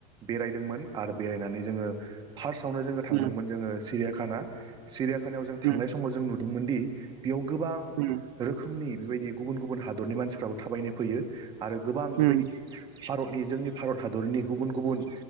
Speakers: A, on the right; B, on the right.
A: बेरायदोंमोन आरो बेरायनानै जोङो फार्स्ट आवनो जों थांदोंमोन
B: उम
A: जोङो सिरियाखा खाना सिरिया खानायाव जों थांनाय
B: उम
A: समाव जों नु दोंमोनदि बेयाव गोबां
B: उम
A: रोखोमनि बेबायदि गुबुन गुबुन हादरनि मानसिफ्राबो थाबायनो फैयो। आरो गोबां बेबायदि
B: उम
A: भारतनि जोंनि भारत हादरनि गुबुन गुबुन